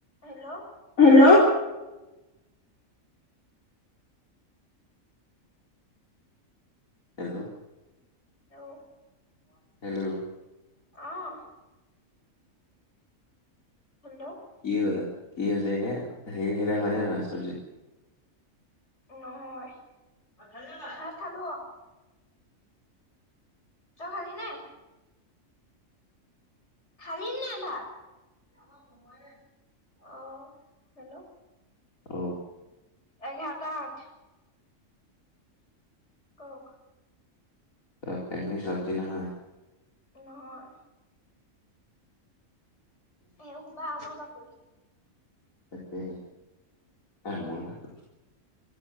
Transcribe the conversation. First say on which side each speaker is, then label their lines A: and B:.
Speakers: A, on the left; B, on the left.
A: হেল্ল'।
B: হেল্ল'। হেল্ল'।
A: অও। <inaudible>
B: হেল্ল'
A: অহ, হেল্ল'।
B: কি হ, কি হৈছে এতিয়া? হে-সে হয়নে নহয় চবজী?
A: নহয়, ভাত খালি নে নাই? ভাত খালো অ। তই খালি নে? খালি নে ভাত? এ আমাৰ বনুৱাএ নাই। অহ, হেল্ল'।
B: অ
A: এঘাৰটা আঠ। কওঁক।
B: ত এইখিনি চব্জি নহয়।
A: নহয়। এ খোপা আমাৰ বাকলি।
B: তাকে আমৰ বাকলি।